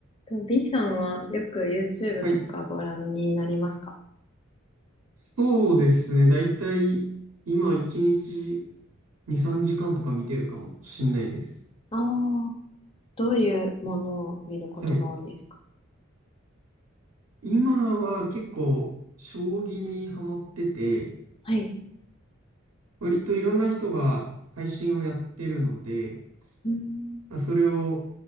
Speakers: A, on the left; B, on the right.
A: で B さんはよく YouTube
B: はい。
A: とかご覧になりますか
B: そうですね。だいたい今1日2、3時間とか見てるかもしんないです。
A: ああー、どういうものを見ることが多いですか
B: はい。今は結構将棋にハマってて、
A: はい。
B: 割といろんな人が配信をやってるので、
A: うーん、
B: まあそれを